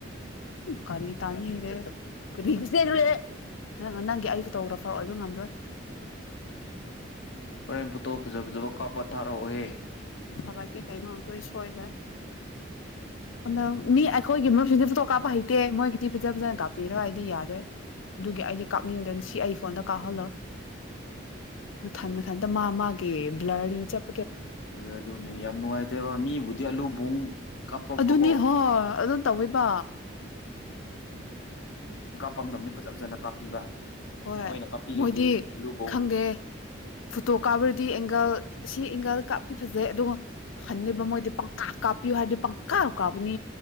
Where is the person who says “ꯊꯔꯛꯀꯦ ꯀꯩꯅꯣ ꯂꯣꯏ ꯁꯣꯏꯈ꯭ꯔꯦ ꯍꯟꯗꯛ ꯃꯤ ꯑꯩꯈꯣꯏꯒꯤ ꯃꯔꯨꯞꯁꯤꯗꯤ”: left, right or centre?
Left